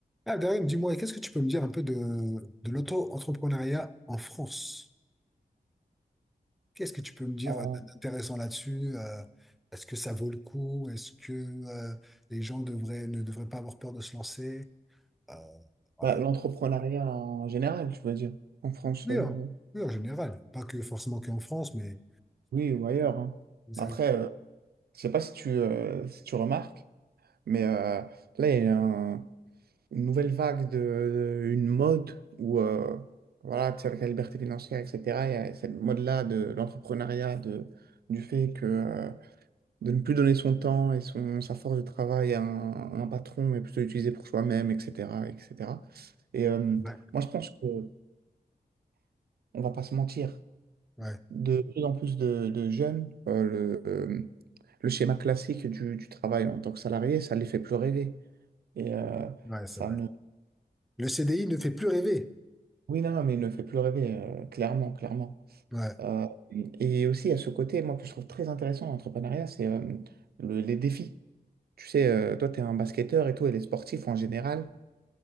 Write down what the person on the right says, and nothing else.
Euh,
bah, l'entrepreneuriat en général, je veux dire, en France,
euh,
oui, ou ailleurs. hein.
Après, euh, je sais pas si tu, euh, si tu remarques, mais euh, là, il y a un- une nouvelle vague de, de- une mode où, euh, voilà, tu sais, avec la liberté financière, etc., il y a cette mode-là de l'entrepreneuriat, de, du fait que, euh, de ne plus donner son temps et son, sa force de travail à un, à un patron, mais plutôt l'utiliser pour soi-même, etc., etc. Et cetera. Et euh,
moi, je pense que on va pas se mentir.
de plus en plus de, de jeunes, euh, le, euh, le schéma classique du, du travail en tant que salarié, ça ne les fait plus rêver. Et euh,
ça
ne...
Oui, non, non, mais il ne fait plus rêver, euh, clairement, clairement.
Euh, et aussi, à ce côté, moi, que je trouve très intéressant dans l'entrepreneuriat, c'est euh, le- les défis. Tu sais, euh, toi, tu es un basketteur et tout, et les sportifs en général,